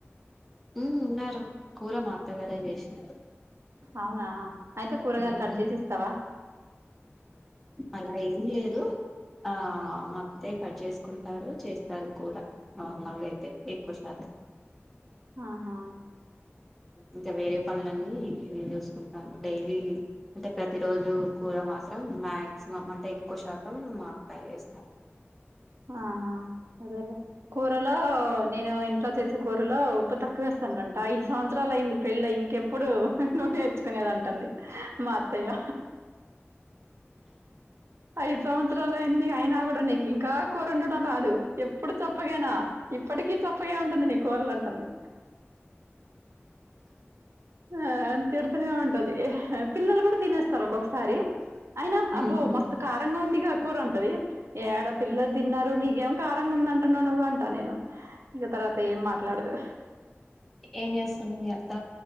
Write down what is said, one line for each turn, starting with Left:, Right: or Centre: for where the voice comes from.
Centre: ఉ ఉన్నారు కూర మాత్తగారే చేసినారు
Right: అవునా అయితే కూరగాయలు
Centre: ఉమ్
Right: కట్ చేసి ఇస్తావా
Centre: అలా ఏం లేదు ఆ మా అత్తే కట్ చేసుకుంటారు చేస్తారు కూర నార్మలుగా అయితే ఎక్కువ శాతం
Right: ఆహా
Centre: ఇంకా వేరే పనులన్నీ నేను చూసుకుంటాను డైలీ అంటే ప్రతి రోజు కూర మాత్రం మాక్సిమం అంటే ఎక్కువ శాతం మా అత్తయ్య చేస్తారు
Right: ఆహా అదేలే కూరలో నేను ఇంట్లో చేసే కూరలో ఉప్పు తక్కువేస్తాన అంట ఐదు సంవత్సరాలు అయింది పెళ్ళి అయి ఇంకెప్పుడు నూ నేర్చుకునేదింటుంది మా అత్తయ్య ఐదు సంవత్సరలుయింది అయినా కూడా నె ఇంకా కూరండడం రాదు ఎప్పుడు చప్పగేనా ఇప్పటికీ చప్పగే ఉంటుంది నీ కూరలు అంటుంది ఆ తిడుతూనే ఉంటది పిల్లలు కూడా తినేస్తారు ఒక ఒకొక్కసారి అయినా అబ్బో
Centre: ఉహు
Right: మస్తు కారంగా ఉందిగా కూర్ ఉంటది ఎడ పిల్లలు తిన్నారు నీకేం కారంగా ఉందంటున్నా నువవు అంటా నేను ఇక తర్వాత ఏం మాట్లాడదు
Centre: ఏన్ చేస్తుంది మీ అత్త